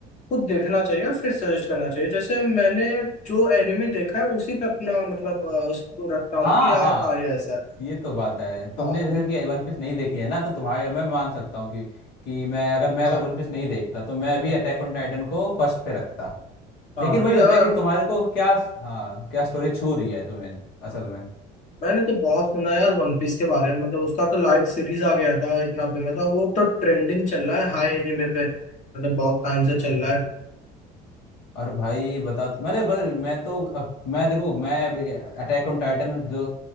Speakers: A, on the left; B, on the left.
A: खुद देखना चाहिए और फिर सजेस्ट करना चाहिए जैसे मैंने जो एनिमे देखा है उसी पे अपना मतलब अ, उसको रखता हूँ
B: हाँ
A: कि यार
B: हाँ
A: हाँ ये ऐसा है
B: ये तो बात है तुमने
A: हाँ
B: जैसे
A: हम्म,
B: कि वन पीस नहीं देखी है ना तो तुम्हारे मैं मान सकता हूँ कि कि मैं अगर मैं
A: हाँ
B: अगर वन पीस नहीं देखता तो मैं भी अटैक ऑन टाइटन को फर्स्ट पे रखता
A: हाँ
B: लेकिन वही
A: तो
B: होता
A: यार
B: है कि तुम्हारे को क्या हाँ क्या स्टोरी छू रही है तुम्हें असल में
A: मैंने तो बहुत सुना यार वन पीस के बारे में मतलब उसका तो लाइव सीरीज आ गया था इतना फेमस था वो तो ट्रेंडिंग चल रहा है हाई एनिमे पे मतलब बहुत टाइम से चल रहा है
B: और भाई बता मेरे ब- मैं तो अब मैं देखो मैं अटैक ऑन टाइटन जो